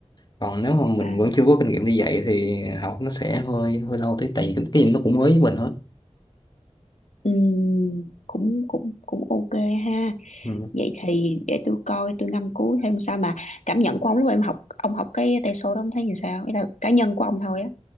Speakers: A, on the left (about 35°); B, on the left (about 85°).
A: còn nếu mà mình
B: và
A: vẫn chưa có kinh nghiệm đi dạy thì học nó sẽ hơi hơi lâu tí tại vì cái cái gì nó cũng mới với mình hết
B: Ừm, cũng cũng cũng ok ha
A: ừ.
B: vậy thì để tôi coi tôi ngâm cứu thêm sao mà cảm nhận của ông lúc em học ông học cái tay số đó ông thấy như sao Ý là cá nhân của ông thôi á